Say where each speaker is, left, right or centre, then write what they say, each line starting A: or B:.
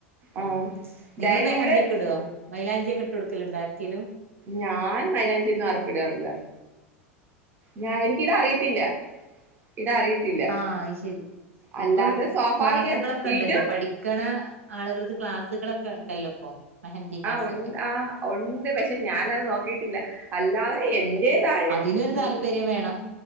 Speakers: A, on the right; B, on the right.
A: ഉം
B: ആഹ്
A: നിങ്ങള്
B: ഡയറി
A: മേഹന്തി
B: ഇവിടെ
A: ഒക്കെ ഇടൊ? മൈലാചിയൊക്കെ ട്ട്ടുക്കലുണ്ടോ ആർക്കേലും
B: ഞാൻ മൈലാഞ്ചിന്നും ആർക്കുടാറില്ല ഞാ എനിക്കിടാ അറിയത്തില്ല ഇടാൻ അറിയത്തില്ല
A: ആ അയ് ശരി
B: അല്ലാതെ
A: ഇപ്പം
B: സ്വാഭാവിക
A: ക്ലാസ്സുകളക്ക ഇണ്ടല്ലോ
B: ഇടും
A: പഠിക്കണ ആളുകൾക്ക് ക്ലാസ്സുകളക്ക ഇണ്ടല്ലോ ഇപ്പൊ മെഹന്തി ക്ലാസ്സൊക്കെ
B: ആ ഉ ആ ഉണ്ട് പക്ഷെ ഞാനത് നോക്കിട്ടില്ല അല്ലാതെ എൻ റ്റേതായ
A: അതിനൊരു
B: മോ
A: താല്പര്യം വേണം